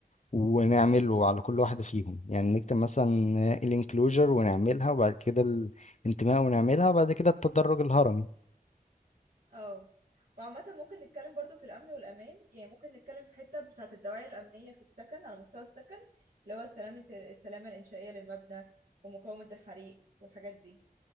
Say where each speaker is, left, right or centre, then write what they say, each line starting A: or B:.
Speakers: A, on the left; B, on the right.
A: ونعمله على كل واحدة فيهم يعني نكتب مثلا آه، الانكلوجر ونعملها وبعد كده الانتماء ونعملها وبعد كده التدرج الهرمي
B: اه وعامة ممكن نتكلم برضو في الأمن والأمان يعني ممكن نتكلم في حتة بتاعة الدواعي الأمنية في السكن على مستوى السكن اللي هو سلامة السلامة الإنشائية للمبنى ومقاومة الحريق والحاجات دي